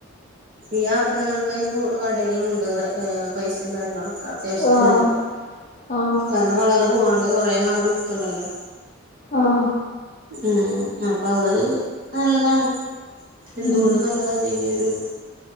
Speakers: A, on the right; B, on the left.
A: ഈ ആഭരണങ്ങൾക്ക് അതിന് കടയിലും ഉണ്ട് പൈസയും കാര്യങ്ങളൊക്കെ അത്യാവശ്യത്തിനുണ്ട്
B: ആഹ് ആഹ്
A: കാരണം കളറ് പോവാണ്ട് കൊറെ നാള് നിക്കണ്ടല്ലോ
B: ആഹ്
A: ഉം അപ്പൊ അത് നല്ലതാണ് എന്തുകൊണ്ട്
B: ഉം
A: നല്ലത് ഈ ഒരു